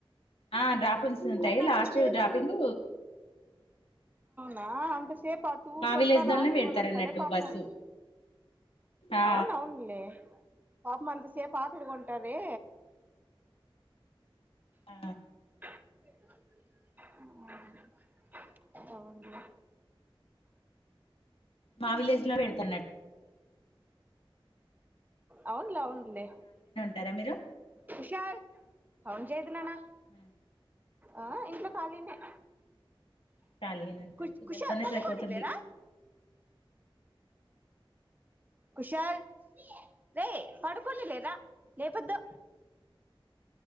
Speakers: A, on the left; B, on the right.
A: ఆ డ్రాపింగ్స్ ఉంటాయి
B: అయిన అంతసేపు
A: లాస్ట్ డ్రాపింగ్
B: నా అంత సేప టూ
A: మా
B: కొస్తావా
A: విలేజ్ లోనే
B: ఆకలి
A: పెడతారు
B: కొనేస్తరే
A: అన్నట్టు
B: పాపం
A: బస్సు ఆ
B: అవునవున్లే పాపం అంత సేపు ఆకలి కొంటా రే
A: ఆ
B: ఆ అవునా
A: మా విలేజ్లో పెడ్తన్నట్
B: అవున్లే అవున్లే
A: టారా మీరు
B: కుషాల్ అవును చేయదు నాన్న
A: ఆ
B: ఆ ఇంట్లో కాలినే ఆ
A: ఖాళీగానే ఉంటారు
B: కు
A: పిల్లలతోనే
B: కుశల్ పడుకోనిలే
A: సరిపోతుంది
B: రా కుశల్ రేయ్ పడుకోని లే రా లేపద్దు.